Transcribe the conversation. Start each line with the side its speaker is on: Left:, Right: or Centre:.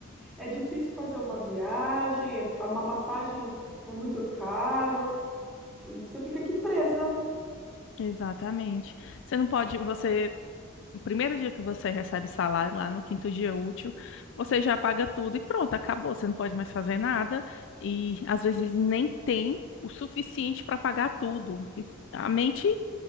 Centre: é difícil fazer uma viagem, é- uma passagem é muito caro, e você fica aqui presa.
Left: Exatamente. Você não pode, você no primeiro dia que você recebe salário, lá no quinto dia útil, você já paga tudo e pronto, acabou. Você não pode mais fazer nada e às vezes nem tem o suficiente para pagar tudo. E a mente